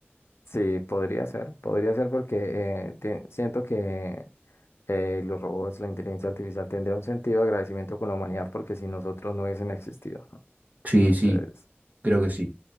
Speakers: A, on the left; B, on the right.
A: Sí, podría ser, podría ser porque eh, tie- siento que Eh, los robots, la inteligencia artificial tendría un sentido de agradecimiento con la humanidad porque si nosotros no hubiesen existido. ¿no?
B: Sí,
A: Entonces,
B: sí, creo que sí.